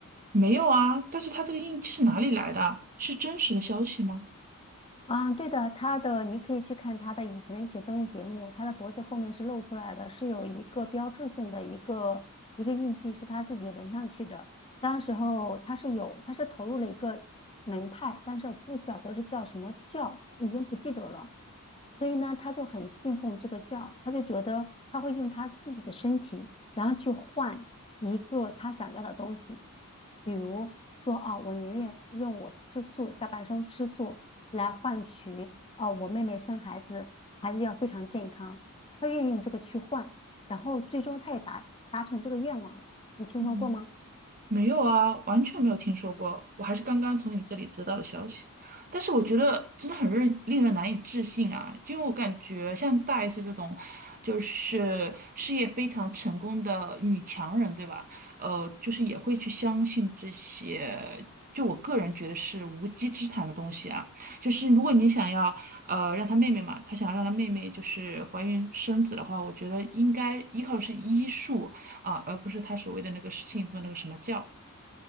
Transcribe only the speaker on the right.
没有啊，但是她这个印记是哪里来的啊是真实的消息吗？
嗯。没有啊，完全没有听说过，我还是刚刚从你这里知道的消息。但是我觉得真的很令令人难以置信啊，就因为我感觉像大 S 这种，就是事业非常成功的女强人，对吧？呃，就是也会去相信这些，就我个人觉得是无稽之谈的东西啊。就是如果你想要，呃，让她妹妹嘛，她想要让她妹妹就是怀孕生子的话，我觉得应该依靠的是医术，啊，而不是他所谓的那个信奉那个什么教。